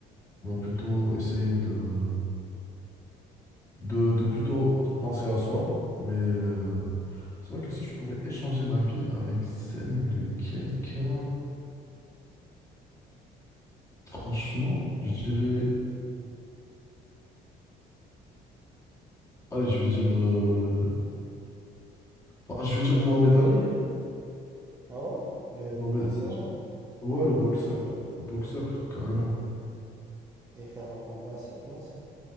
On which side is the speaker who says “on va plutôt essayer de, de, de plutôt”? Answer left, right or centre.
Left